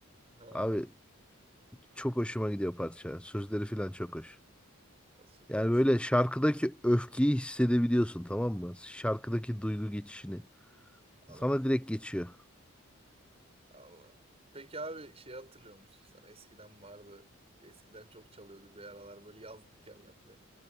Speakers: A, on the right; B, in the centre.
A: Ha,
B: Abi çok hoşuma gidiyor parça. Sözleri falan çok hoş.
A: o süpersin.
B: Yani böyle şarkıdaki öfkeyi hissedebiliyorsun tamam mı? Şarkıdaki duygu geçişini.
A: Allah
B: Sana direkt geçiyor.
A: Allah. Peki abi şey hatırlıyor musun sen? Eskiden vardı. Eskiden çok çalıyordu bir aralar böyle yazlık yerlerde.